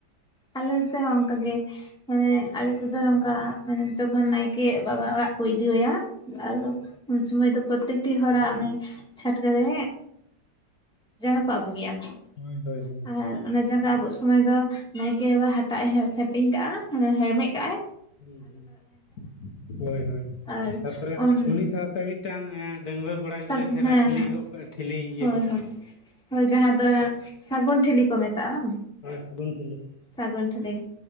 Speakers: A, in the centre; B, on the left (about 55°).
A: ᱟᱞ ᱥᱮᱫ ᱦᱚᱸ ᱚᱱᱠᱟ ᱜᱮ ᱢᱟᱱᱮ ᱟᱞᱮ ᱥᱮᱫ ᱫᱚ ᱱᱚᱝᱠᱟ ᱢᱟᱱᱮ ᱡᱚᱠᱷᱚᱱ ᱱᱟᱭᱠᱮ ᱵᱟᱵᱟ ᱚᱲᱟᱜ ᱠᱚ ᱤᱫᱤ ᱟᱭᱟ ᱟᱫᱚ ᱩᱱ ᱥᱩᱚᱢᱟᱹᱭ ᱫᱚ ᱯᱨᱚᱛᱛᱮᱠᱴᱤ ᱦᱚᱲᱟᱜ ᱚᱱᱮ ᱪᱷᱟᱴᱠᱟ ᱨᱮ ᱡᱟᱸᱜᱟ ᱠᱚ ᱟᱵᱩᱜᱮᱭᱟ ᱠᱚ
B: ᱦᱳᱭ ᱦᱳᱭ ᱦᱳᱭ
A: ᱟᱨ ᱚᱱᱟ ᱡᱟᱸᱜᱟ ᱟᱵᱩᱜ ᱥᱚᱢᱚᱭ ᱫᱚ ᱱᱟᱭᱠᱮ ᱵᱟᱵᱟ ᱦᱟᱴᱟᱜ ᱮ ᱥᱮᱯᱤᱧ ᱠᱟᱜᱼᱟ ᱢᱟᱱᱮ ᱦᱮᱨᱢᱮᱫ ᱠᱟᱜᱼ ᱟᱭ
B: ᱦ ᱦ ᱦᱳᱭ ᱦᱳᱭ
A: ᱟᱨ
B: ᱛᱟᱯᱚᱨᱮ
A: ᱩᱱ
B: ᱩᱱᱤ ᱥᱟᱶᱛᱮ ᱢᱤᱫ ᱢᱤᱫᱴᱟᱝ ᱰᱺᱝᱣᱟᱹ ᱠᱚᱲᱟ ᱜᱤᱫᱽᱨᱟᱹᱭ
A: ᱦᱮᱸ
B: ᱛᱟᱦᱮᱱᱟ
A: ᱦᱮᱸ
B: ᱴᱷᱤᱞᱤ ᱜᱚᱜ ᱠᱟᱜ-ᱟ ᱴᱷᱞᱤ
A: ᱦᱳᱭ ᱦᱳᱭ ᱦᱳᱭ ᱡᱟᱦᱟᱸ ᱫᱚ ᱥᱟᱜᱩᱱ ᱴᱷᱤᱞᱤ ᱠᱚ ᱢᱮᱛᱟᱜᱼᱟ ᱵᱟᱝ
B: ᱦᱳᱭ ᱥᱟᱹᱜᱩᱱ ᱴᱷᱤᱞᱟ
A: ᱥᱟᱜᱩᱱ ᱴᱷᱤᱞᱤ